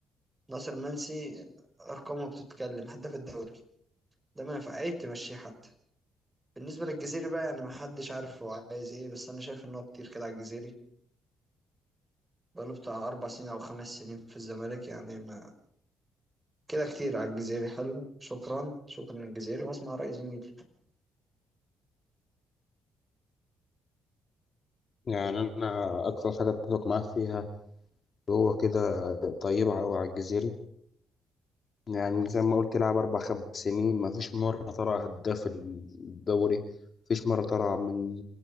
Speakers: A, on the right; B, on the left.
A: ناصر منسي ارقامه بتتكلم هداف الدوري ده ما ينفع عيب تمشيه حتى بالنسبة للجزيري بقى يعني ما حدش عارف هو عايز ايه بس انا شايف ان هو كتير كده على الجزيري بقاله بتاع أربع سنين أو خمس سنين في الزمالك يعني ما كده كتير على الجزيري حلو شكرا شكرا للجزيري واسمع رأي زميلي
B: يعني أنا أكتر حاجة أتفق معاه فيها هو كده طيبة أوي على الجزيري يعني زي ما قلت لعب أربع خمس سنين مفيش مرة طلع هداف الدوري مفيش مرة طلع من